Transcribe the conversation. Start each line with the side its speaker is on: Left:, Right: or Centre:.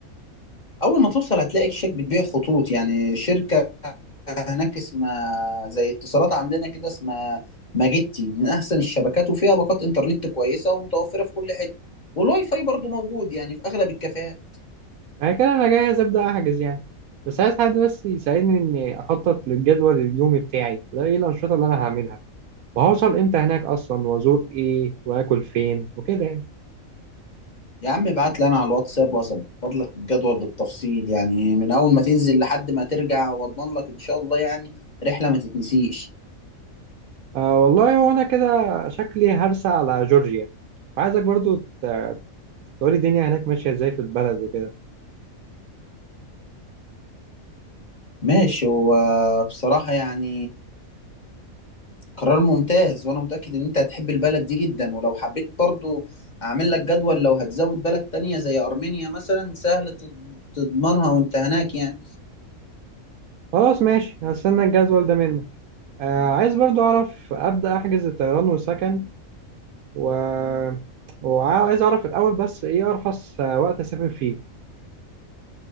Left: أول ما توصل هتلاقي شركة بتبيع خطوط يعني شركة هناك اسمها زي اتصالات عندنا كده اسمها ماجيتي من أحسن الشبكات وفيها باقات إنترنت كويسة ومتوفرة في كل حتة والواي فاي برضو موجود يعني في أغلب الكافيهات
Right: يعني كده انا جاهز ابدا احجز يعني بس عايز حد بس يساعدني اني اخطط للجدول اليومي بتاعي ده ايه الانشطه اللي انا هعملها وهوصل امتى هناك اصلا وازور ايه واكل فين وكده يعني
Left: يا عم ابعت لي انا على الواتساب واظبط لك الجدول بالتفصيل يعني من اول ما تنزل لحد ما ترجع واضمن لك ان شاء الله يعني رحلة ما تتنسيش
Right: آه والله هو انا كده شكلي هرسى على جورجيا عايزك برضو ت- تقولي الدنيا هناك ماشية ازاي في البلد وكده
Left: ماشي هو بصراحة يعني قرار ممتاز وانا متأكد ان انت هتحب البلد دي جدا ولو حبيت برضو اعمل لك جدول لو هتزود بلد تانية زي ارمينيا مثلا سهل تض- تضمنها وانت هناك يعني
Right: خلاص ماشي هستنى الجدول ده منك آه عايز برضو اعرف ابدأ احجز الطيران والسكن و... وعايز اعرف الاول بس ايه ارخص آه، وقت اسافر فيه